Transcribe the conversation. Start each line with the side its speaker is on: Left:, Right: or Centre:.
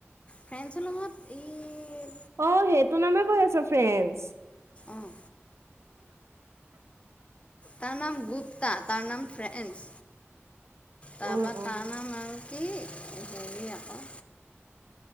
Left: ফ্ৰেন্সৰ লগত ই
Right: অ'! সেইটো নামে কৈ আছ, ফ্ৰেন্স।
Left: অঁ তাৰ নাম গুপ্তা, তাৰ নাম ফ্ৰেন্স, তাৰপা
Right: অ অ
Left: তাৰ নাম আৰু কি হেৰি আকৌ